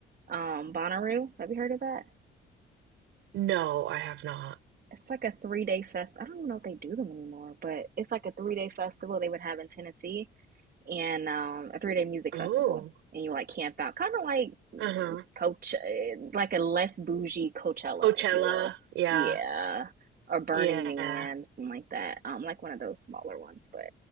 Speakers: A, on the right; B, on the right.
A: um Bonnaroo. Have you heard of that?
B: No, I have not.
A: It's like a three day fest. I don't even know if they do them anymore, but it's like a three day festival they would have in Tennessee and um, a three day music
B: Oh.
A: festival, and you like camp out, kind of like mm,
B: Uh-huh.
A: Coach, eh, like a less bougie Coachella,
B: Coachella.
A: if you will,
B: Yeah.
A: yeah, or Burning
B: Yeah.
A: Man, something like that, um, like one of those smaller ones. But